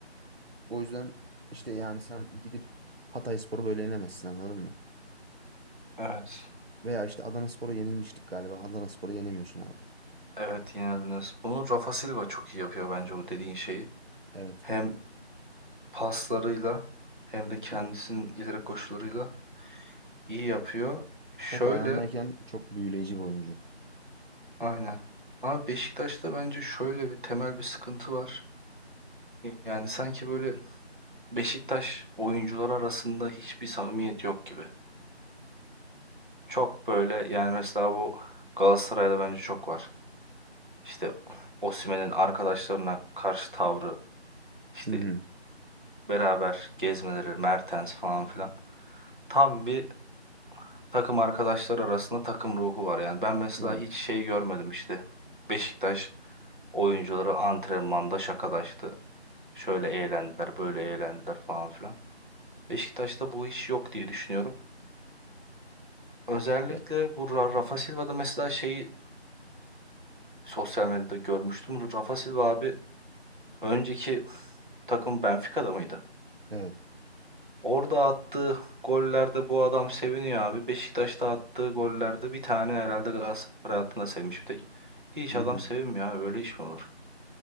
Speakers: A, on the right (about 60°); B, on the right (about 45°).
A: O yüzden işte yani sen gidip Hatayspor'u böyle yenemezsin anladın mı?
B: Evet.
A: Veya işte Adanaspor'a yenilmiştik galiba. Adanaspor'u yenemiyorsun abi.
B: Evet yenildiniz. Bunu Rafa Silva çok iyi yapıyor bence o dediğin şeyi.
A: Evet.
B: Hem paslarıyla hem de kendisinin
A: Hı.
B: ileri koşularıyla iyi yapıyor. Şöyle
A: Top ayağındayken çok büyüleyici bir oyuncu.
B: aynen. Ama Beşiktaş'ta bence şöyle bir temel bir sıkıntı var. Yani sanki böyle Beşiktaş oyuncular arasında hiçbir samimiyet yok gibi. Çok böyle yani mesela bu Galatasaray'da bence çok var. İşte Osimhen'in arkadaşlarına karşı tavrı, işte
A: Hı hı.
B: beraber gezmeleri, Mertens falan filan. Tam bir takım arkadaşlar arasında takım ruhu var. Yani ben mesela
A: Evet.
B: hiç şey görmedim işte. Beşiktaş oyuncuları antrenmanda şakalaştı. Şöyle eğlendiler, böyle eğlendiler falan filan. Beşiktaş'ta bu iş yok diye düşünüyorum. Özellikle
A: Ya-
B: bu Ra- Rafa Silva'da mesela şeyi sosyal medyada görmüştüm. Rafa Silva abi önceki takım Benfica'da mıydı?
A: Evet.
B: Orada attığı gollerde bu adam seviniyor abi. Beşiktaş'ta attığı gollerde bir tane herhalde Galatasaray hattına sevmiş bir tek. Hiç
A: Hı
B: adam
A: hı.
B: sevinmiyor abi. Öyle iş mi olur?